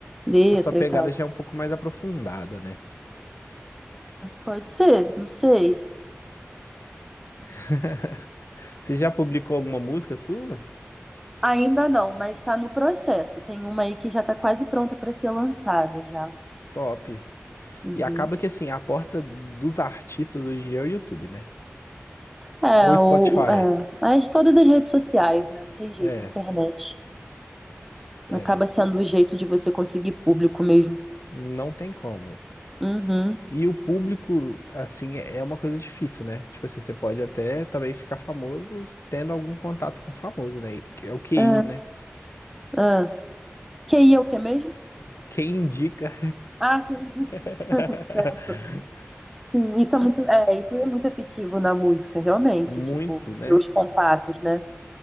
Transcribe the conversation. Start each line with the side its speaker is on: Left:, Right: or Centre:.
Centre: letra
Left: A sua pegada
Centre: e tal.
Left: já é um pouco mais aprofundada, né?
Centre: Pode ser, não sei.
Left: <laughs> Você já publicou alguma música sua?
Centre: Ainda não, mas está no processo. Tem uma aí que já está quase pronta para ser lançada já.
Left: Top.
Centre: Uhum.
Left: E acaba que assim, a porta dos artistas hoje em dia é o YouTube, né?
Centre: É,
Left: Ou Spotify.
Centre: ou, é, mas de todas as redes sociais, né? Não tem jeito,
Left: É,
Centre: a internet.
Left: é,
Centre: Acaba
Left: não.
Centre: sendo o jeito de você conseguir público mesmo.
Left: Não tem como.
Centre: Uhum.
Left: E o público, assim, é é uma coisa difícil, né? Tipo assim, você pode até também ficar famoso tendo algum contato com famoso, né? É o QI,
Centre: É,
Left: né?
Centre: é. QI é o que mesmo?
Left: Quem indica
Centre: Ah, que entendi,
Left: <laughs>
Centre: <laughs> certo. Sim, isso é muito, é, isso é muito afetivo na música, realmente,
Left: muito,
Centre: tipo,
Left: né?
Centre: ter os contatos, né?